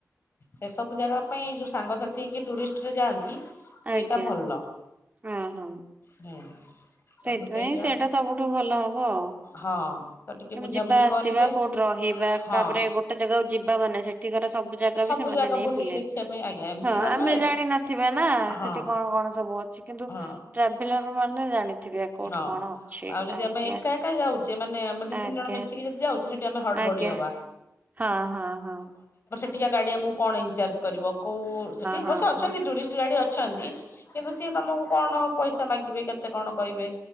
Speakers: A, on the left (about 45°); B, on the right (about 30°).
A: ସେ ସବୁ ଜାଗା ପାଇଁ ଏ ଯଉ ସାଙ୍ଗସାଥି ହେଇକି ଟୁରିଷ୍ଟରେ ଯାଆନ୍ତି। ସେଇଟା
B: ଆଜ୍ଞା
A: ଭଲ
B: ଓହୋ।
A: ହୁଁ। ତମ
B: ସେଇଥିପାଇଁ
A: ସେଇଆ
B: ସେଇଟା ସବୁଠୁ ଭଲ ହବ ଆଉ
A: ହଁ ତ ଟିକେ
B: ତମେ
A: ବୁଝାବୁଝି
B: ଯିବା ଆସିବା
A: କରିବେ
B: କୋଉଠି ରହିବା
A: ହଁ।
B: ତାପରେ ଗୋଟେ ଜାଗାକୁ ଯିବା ମାନେ ସେ ଠିକାର ସବ ଜାଗା
A: ସବୁ
B: ବି ସେମାନେ
A: ଜାଗା
B: ନେଇ
A: ବୁଲିକି
B: ବୁଲେଇବେ।
A: ଦେଖିବା ପାଇଁ ଆଜ୍ଞା ଏମିତି
B: ହଁ
A: ଗଲେ
B: ଆମେ ଜାଣିିନଥିବା ନା?
A: ହଁ
B: ସେଠି କଣ କଣ ସବୁ ଅଛି କିନ୍ତୁ
A: ହଁ
B: ଟ୍ରାଭେଲର ମାନେ ଜାଣିଥିବେ କୋଉଠି
A: ହଁ।
B: କଣ ଅଛି।
A: ଆଉ ଯଦି
B: ଆଜ୍ଞା
A: ଆମେ ଏକା ଏକା ଯାଉଛେ ମାନେ ଆମେ ଦି ତିନି
B: ଆଜ୍ଞା
A: ଜଣ ମିଶିକି ଯଦି ଯାଉଛେ ସେଠି ଆମେ ହଡବଡି
B: ଆଜ୍ଞା।
A: ହବା
B: ହଁ ହଁ ହଁ।
A: ଟିକେ ଗାଡି ଆମୁକୁ କଣ ଇନ୍ଚାର୍ଜ କରିବ? କଉ ସେଠି ଅବଶ୍ୟ
B: ହଁ
A: ଅଛନ୍ତି
B: ହଁ
A: ଟୁରିଷ୍ଟ ଗାଇଡି ଅ ଅଛନ୍ତି। କିନ୍ତୁ ସିଏ ତମକୁ କଣ ପଇସା ମାଗିବେ, କେତେ କଣ କହିବେ?